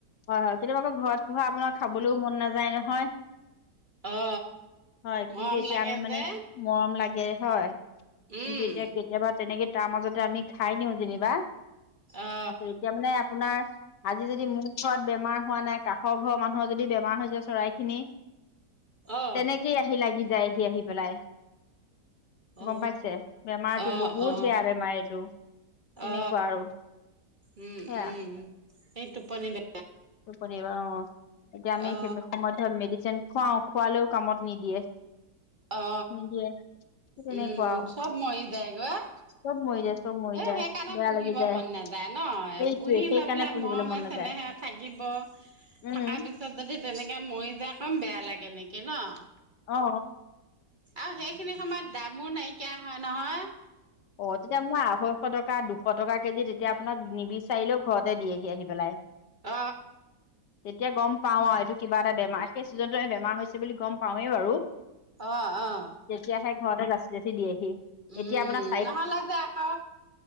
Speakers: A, on the left; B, on the right.
A: হয়, কেতিয়াবা আকৌ ঘৰত পোহা আপোনাৰ খাবলৈও মন নাযায় নহয়।
B: অ
A: হয়,
B: মৰম
A: কিন্তু এতিয়া
B: লাগে
A: আমি মানে
B: যে
A: মৰম লাগে হয়, কিন্তু
B: উম
A: এতিয়া কেতিয়াবা তেনেকে তাৰ মাজতে আমি খাই নিও যেনিবা।
B: অ
A: তাৰপিছত এতিয়া মানে আপোনাৰ আজি যদি মোৰ ঘৰত বেমাৰ হোৱা নাই, কাষৰ ঘৰৰ মানুহৰ যদি বেমাৰ হৈ যায় চৰাই খিনি
B: অ
A: তেনেকেই আহি লাগি যায়, সি আহি পেলাই।
B: অ
A: গম পাইছে বেমাৰটো
B: অ
A: বহুত
B: অ
A: বেয়া বেমাৰ এইটো। তেনেকুৱা
B: অ
A: আৰু
B: উম,
A: সেয়া
B: উম এই টোপনি বে
A: <unintelligible> অ এতিয়া আমি
B: অ
A: সেই সময়ত ধৰ মেডিচিন খুৱাও খোৱালেও কামত নিদিয়ে।
B: অ
A: নিদিয়ে সেই তেনেকুৱা
B: উম
A: আৰু
B: চব মৰি যায় গৈ। এ
A: চব মৰি যায় চব মৰি যায়
B: সেইকাৰণে
A: বেয়া
B: পুহিব
A: লাগি যায়
B: মন নেযায় নহ
A: সেইটোৱে
B: পুহি
A: সেইকাৰণে
B: লৈ পেলাই
A: পুহিবলৈ
B: মৰমে
A: মন নাযায়
B: চেনেহে। থাকিব
A: উম
B: থকা পিছত যদি তেনেকে মৰি যায় কম বেয়া লাগে নেকি নহ।
A: অ।
B: আৰু সেইখিনি সময়ত দামো নাইকিয়া হয় নহয়।
A: অ তেতিয়া মই আঢ়ৈশ টকা দুশ টকা কেজি তেতিয়া আপোনাক নিবিচাৰিলেও ঘৰতে দিয়েহি আহি পেলাই।
B: অ।
A: তেতিয়া গম পাওঁ আৰু এইটো কিবা এটা বেমাৰ সেই ছিজনতো বেমাৰ হৈছে বুলি গম পাওঁৱেই বাৰু।
B: অ অ।
A: তেতিয়াহে ঘৰতে জাচি জাচি দিয়েহি
B: উম
A: এতিয়া আপোনাক।
B: নহ'লে যে আকৌ